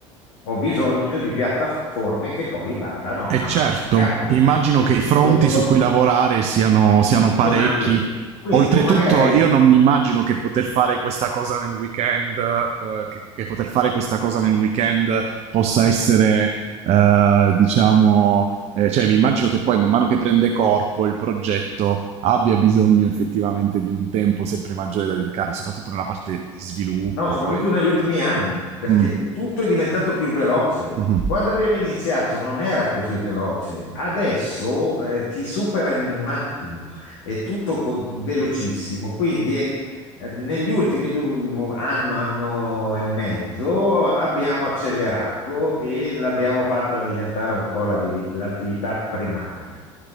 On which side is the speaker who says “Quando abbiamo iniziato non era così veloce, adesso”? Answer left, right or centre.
Left